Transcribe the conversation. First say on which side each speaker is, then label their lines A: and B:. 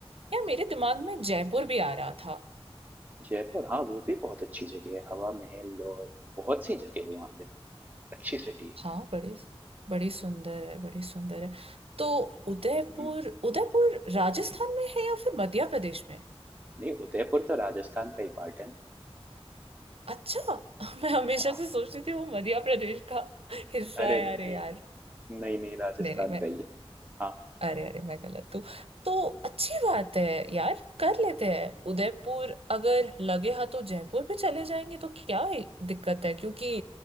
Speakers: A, on the right (about 65°); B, on the right (about 15°).
A: या मेरे दिमाग में जयपुर भी आ रहा था
B: जयपुर हाँ, वो भी बहुत अच्छी जगह है, हवा महल और बहुत सी जगह है वहाँ पे तो, अच्छी सिटी है।
A: हाँ बड़ी बड़ी सुंदर है बड़ी सुंदर है तो उदयपुर
B: हुँ,
A: उदयपुर राजस्थान में है या फिर मध्य प्रदेश में
B: नहीं उदयपुर तो राजस्थान का ही पार्ट है।
A: अच्छा <laughs> मैं हमेशा
B: हाँ,
A: से सोचती थी वो मध्य प्रदेश का
B: <laughs>
A: हिस्सा
B: अरे
A: है
B: नहीं,
A: अरे यार
B: नहीं, नहीं राजस्थान
A: नहीं नहीं मैं
B: का ही है। हाँ,
A: अरे अरे मैं गलत हूँ तो अच्छी बात है यार कर लेते हैं उदयपुर अगर लगे हाँ तो जयपुर भी चले जाएंगे तो क्या ही दिक्कत है क्योंकि